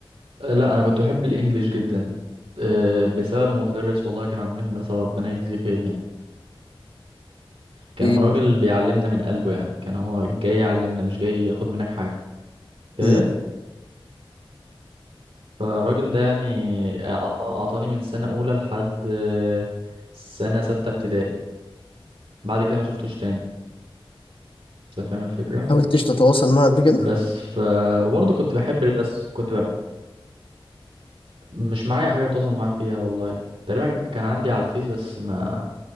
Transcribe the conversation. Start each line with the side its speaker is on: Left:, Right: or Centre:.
Right: لا انا كنت بحب الانجليش جدا آه، بسبب مدرس والله كان عندنا في المدرسة ربنا يجزيه خير يعني كان
Left: ايه
Right: راجل
Left: بقى
Right: بيعلمنا من قلبه يعني كان هو جاي يعلمنا مش جاي ياخد منك حاجة ايه
Left: مم.
Right: فالراجل ده يعني أعط- اعطاني من سنة اولى لحد آه، سنة ستة ابتدائي بعد كده ما شفتوش تاني انت فاهم الفكرة
Left: حاولتش تتواصل معاه قبل كده
Right: بس ف وبرضه كنت بحب الرسم كنت مش معايا حاجة اتواصل معاه فيها والله تقريبا كان عندي على الفيس بس ما